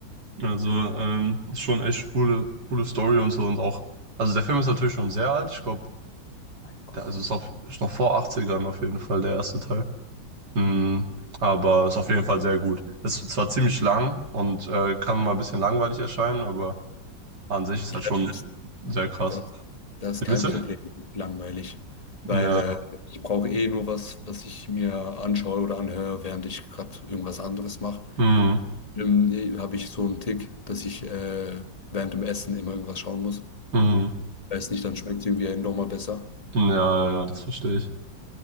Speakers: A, on the right; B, on the left.
A: Also,
B: Der Part,
A: ähm, ist schon echt coole, coole Story und so und auch. Also der Film ist natürlich schon sehr alt. Ich glaube,
B: mein Gott.
A: der also ist, auf, ist noch vor Achtzigern auf jeden Fall der erste Teil. Mhm. Aber ist auf jeden Fall sehr gut. Ist zwar ziemlich lang und äh, kann mal ein bisschen langweilig erscheinen, aber an sich ist
B: Ja,
A: halt schon
B: das,
A: sehr krass.
B: das, das ist
A: Wie
B: kein
A: Bitte?
B: Problem. Langweilig. Weil
A: Ja.
B: äh, ich brauche eh nur was, was ich mir anschaue oder anhöre, während ich gerade irgendwas anderes mache.
A: Mhm.
B: Ähm, eh, habe ich so einen Tick, dass ich äh, während dem Essen immer irgendwas schauen muss.
A: Mhm.
B: Weiß nicht, dann schmeckt es irgendwie einem nochmal besser.
A: Ja, ja, ja, das verstehe ich.